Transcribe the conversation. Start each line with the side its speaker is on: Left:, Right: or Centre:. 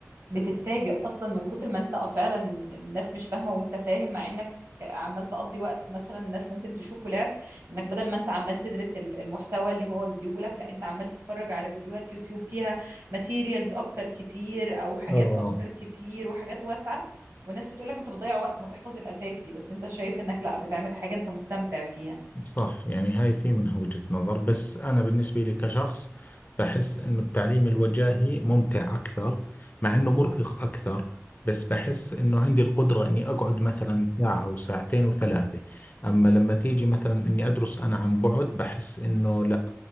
Right: بتتفاجئ اصلا من كتر ما انت آه، فعلا الناس مش فاهمه وانت فاهم مع انك عمال تقضي وقت مثلا الناس ممكن تشوفه لعب انك بدل ما انت عمال تدرس ال- المحتوى اللي هو مديهولك لا انت عمال تتفرج على فيديوهات يوتيوب فيها ماتيريالز اكتر كتير او حاجات
Left: آه
Right: اكتر كتير وحاجات واسعه والناس بتقول لك انت بتضيع وقت ما تحفظ الاساسي بس انت شايف انك لا بتعمل حاجه انت مستمتع فيها
Left: صح يعني هاي في منها وجهة نظر بس أنا بالنسبة لي كشخص بحس إنه التعليم الوجاهي ممتع أكثر مع إنه مرهق أكثر بس بحس إنه عندي القدرة إني أقعد مثلا ساعة وساعتين وثلاثة أما لما تيجي مثلا إني أدرس أنا عن بعد بحس إنه لا